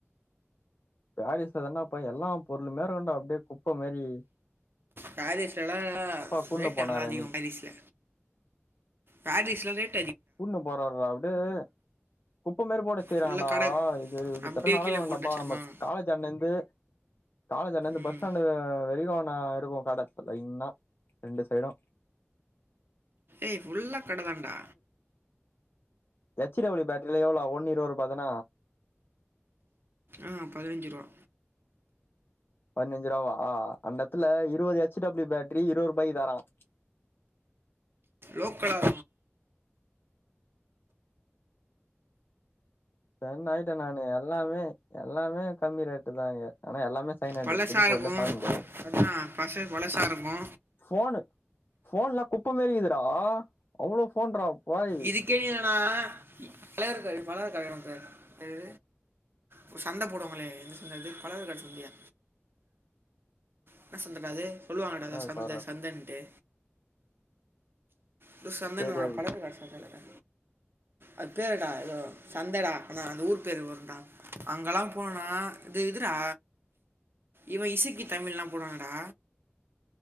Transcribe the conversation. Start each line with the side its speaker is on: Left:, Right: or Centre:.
Left: பாரீஸ்ல தான்டாப்பா எல்லா பொருளுமே இருக்கோண்டா அப்டியே குப்ப மேரி
Right: பாரீஸ்லலா
Left: கூட்னு
Right: ரேட்டு
Left: போனாரு
Right: அங்கலா அதிகோ
Left: அன்னிக்கி
Right: பாரீஸ்ல பாரீஸ்ல ரேட்டு
Left: கூட்ணு போறாருறா அப்டியே குப்ப மேறு போட்டு வெச்சுறாங்கடா
Right: ஃபுல்லாக கடை
Left: இது கிட்டதட்ட
Right: அப்படியே
Left: நடக்கணோடாப்பா
Right: கீழே போட்டு வச்சுருப்பாங்க
Left: நம்ம காலேஜாண்ட இர்ந்து காலேஜான்டந்து
Right: ம்
Left: பஸ் ஸ்டாண்டு அ வெரிகோ நா இருக்கோ கட லைன்னா ரெண்டு சைடோ
Right: ஏய் ஃபுல்லா கட தாண்டா
Left: எச்சு டபிள்யூ பேட்ரி எவ்ளோ ஒன்னு இருவரூபா தான
Right: ம் பதினஞ்சு ரூவா
Left: பதினஞ்சு ரூவாவா அந்த எத்துல இருவது எச்சு டபிள்யூ பேட்ரி இருவது ரூபாய்க்கு தராங்க
Right: லோக்கலா
Left: ஸ்டன் ஆயிட்ட நானு எல்லாமே எல்லாமே கம்மி ரேட்டுதா இங்க ஆனா எல்லாமே செகண்ட் ஹேண்டு
Right: பழசா
Left: புது பொருளே
Right: இருக்கு
Left: பாக்க முடியாது அங்க
Right: மச்சா பஸேர் பழசா இருக்கு
Left: ஃபோனு ஃபோன்லா குப்ப மேரி இருக்குடா அவ்ளோ ஃபோன்றா பாய்
Right: இதுக்கே நீ என்னன்னா தலைவர் <unintelligible> கல்யாணத்துல எது ஒரு சந்த போடுவங்களே என்ன சந்த அது பழவர் கட சந்தயா என்ன சந்தடா அது சொல்லுவாங்கடா
Left: என்னது
Right: எதோ சந்த
Left: பாருடா
Right: சந்தன்ட்டு எதோ சந்தன்னுவாங்க
Left: சரி அது
Right: பழவர் கட சந்த இல்லடா அது பேருடா ஏதோ சந்தடா ஆனா அந்த ஊரு பேரு வரும்டா அங்கெல்லா போனன்னா இது இதுடா இவ இசிக்கி தமிழ்லா போறான்லடா